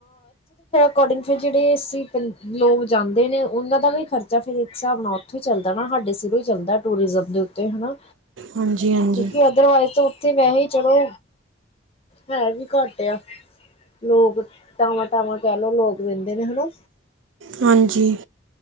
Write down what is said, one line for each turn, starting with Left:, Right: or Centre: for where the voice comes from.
Left: ਅਕੋਡਿੰਗ ਫਿਰ ਜਿਹੜੇ ਅਸੀ ਪ ਲੋਕ ਜਾਂਦੇ ਨੇ ਉਹਨਾਂ ਦਾ ਵੀ ਖਰਚਾ ਫਿਰ ਇੱਕ ਹਿਸਾਬ ਨਾਲ ਉੱਥੋਂ ਹੀ ਚੱਲਦਾ ਨਾ ਸਾਡੇ ਸਿਰੋਂ ਹੀ ਚੱਲਦਾ ਟੂਰਿਜ਼ਮ ਦੇ ਉੱਤੇ ਹਨਾ
Right: ਹਾਂਜੀ ਹਾਂਜੀ
Left: ਕਿਉਂਕਿ ਅਦਰਵਾਈਜ਼ ਤੇ ਮੈ ਵੀ ਹੀ ਚਲੋ ਹੈ ਵੀ ਘੱਟ ਆ। ਲੋਕ ਲੋਕ ਤਾਵਾਂ ਤਾਵਾਂ ਕਹਿ ਲਓ ਲੋਕ <unintelligible> ਹੁੰਦੇ ਨੇ ਹਨਾ।
Right: ਹਾਂਜੀ